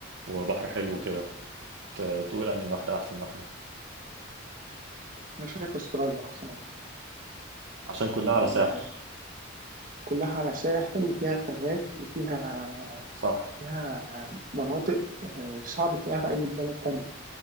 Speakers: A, on the right; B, on the right.
A: وبحر حلو كده ت- تقول أنهي واحدة أحسن واحدة
B: أنا شايف استراليا أحسن واحدة
A: عشان كلها
B: يعني
A: على ساحل
B: كلها على ساحل وفيها غابات وفيها
A: صح
B: فيها مناطق آه، صعب تلاقيها في أي بلد تانية